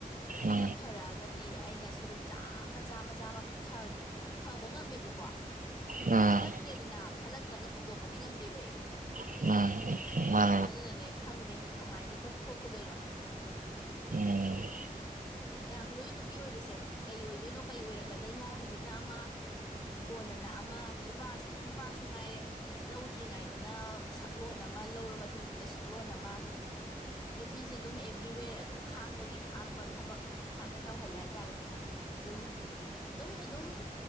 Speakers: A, on the left (about 30°); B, on the right (about 65°).
A: ꯃꯤꯅ
B: ꯎꯝ
A: ꯐꯔꯛꯑꯒꯗꯤ ꯑꯩꯅ ꯁꯔꯨꯛ ꯆꯥꯝꯃ ꯆꯥꯝꯃ ꯆꯥꯝꯃ ꯐ ꯐꯕ ꯉꯝꯃꯦꯕꯀꯣ
B: ꯎꯝ
A: ꯐꯠꯂꯛꯇ꯭ꯔꯦꯗꯅ
B: ꯎꯝ ꯎꯝ
A: ꯐꯠꯂꯛꯇ꯭ꯔꯒ ꯐꯗꯣꯛꯄꯗꯤ ꯉꯝꯗꯦꯕ ꯑꯩ
B: ꯎꯝ <unintelligible>
A: ꯑꯗꯨꯅꯅꯦ ꯈꯪꯗꯦ ꯀꯃꯥꯏꯅ ꯇꯧꯊꯣꯛꯀꯗꯣꯏꯅꯣ
B: ꯑꯝ
A: ꯌꯥꯝ ꯂꯨꯏ ꯅꯨꯄꯤ ꯑꯣꯏꯕꯁꯦ ꯀꯩ ꯑꯣꯏꯗꯣꯏꯅꯣ ꯀꯩ ꯑꯣꯏꯔꯛꯀꯗꯣꯏꯅꯣ ꯍꯧꯖꯤꯛꯅ ꯑꯃ ꯀꯣꯟꯅꯅ ꯑꯃ ꯅꯨꯄꯥꯁꯤꯁꯨ ꯅꯨꯄꯥꯁꯨ ꯉꯥꯏꯔꯦ ꯂꯧꯗ꯭ꯔꯤꯉꯥꯏꯗ ꯑꯗꯨꯗꯅ ꯁꯛꯂꯣꯟ ꯑꯃ ꯂꯧꯔ ꯃꯇꯨꯡꯗꯅ ꯁꯛꯂꯣꯟ ꯑꯃ ꯅꯨꯄꯤꯁ ꯑꯗꯨꯝ ꯑꯦꯚ꯭ꯔꯤꯋꯦꯔ ꯑꯗꯨꯝ ꯈꯥꯡꯕꯒꯤ ꯈꯥꯡꯕ ꯊꯕꯛ ꯉꯥꯛꯇ ꯇꯧꯍꯜꯂꯦ ꯍꯥꯏꯇꯥꯔꯦ ꯑꯗꯨꯝ ꯑꯗꯨꯝ ꯑꯗꯨꯝ